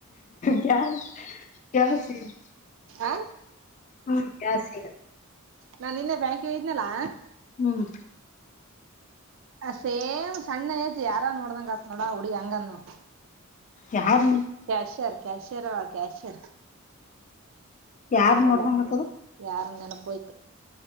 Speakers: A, on the left; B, on the right.
A: ಗ್ಯಾ <unintelligible> ಗ್ಯಾಸಿ <unintelligible>
B: ಆ
A: ಹ್ಮ ಗ್ಯಾಸೇ
B: ನಾ ನಿನ್ನೇ ಬ್ಯಾಂಕಿ ಹೊಗಿದ್ನೆಲ್ಲಾ
A: ಹ್ಮ್
B: ಆ ಸೇಮ್ ಸಣ್ಣ ತಿ ಯಾರ ನೋಡ್ದಂಗ ಆತ್ ನೋಡ ಅಡಿ ಹೆಂಗದ್ನೋಡ್
A: ಯಾರ
B: ಕ್ಯಾಷರ್ ಕ್ಯಾಷರ್ ಕ್ಯಾಷರ್
A: ಯಾರ್
B: <unintelligible>
A: ನೋಡ್ದಂಗ ಆತದ
B: ಯಾರ ನೆನಪೋಯ್ತು